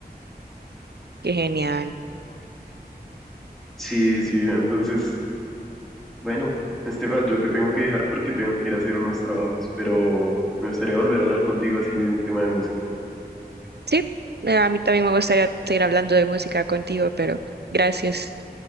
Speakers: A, on the right (about 75°); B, in the centre.
A: Qué genial.
B: Sí, sí, entonces, bueno, Estefa, yo te tengo que dejar porque tengo que ir a hacer unos trabajos, pero me gustaría volver a hablar contigo así de un tema de música.
A: Sí, eh, a mí también me gustaría seguir hablando de música contigo, pero gracias.